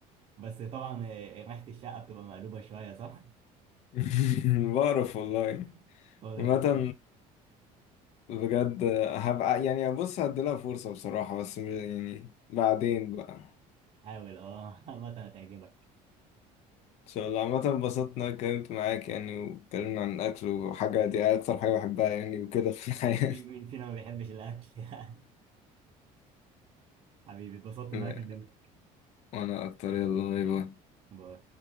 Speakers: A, on the right (about 40°); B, on the left (about 50°).
A: بس طبعا آه، ريحة الشقة بتبقى مقلوبة شوية صح؟
B: <laughs> بعرف والله
A: <laughs> خد
B: عامة
A: انت خد.
B: بجد هبقى يعني بص هديلها فرصة بصراحة بس م- يعني بعدين بقى
A: حاول اه <laughs> عامة هتعجبك
B: ان شاء الله عامة انبسطت ان انا اتكلمت معاك يعني واتكلمنا عن الاكل وحاجة دي اكتر حاجة بحبها يعني وكده في الحياة
A: آه، مين مين فينا ما بيحبش الاكل <laughs> يعني حبيبي اتبسطت
B: <laughs>
A: ان انا كلمتك
B: وانا اكتر يلا باي باي
A: باي.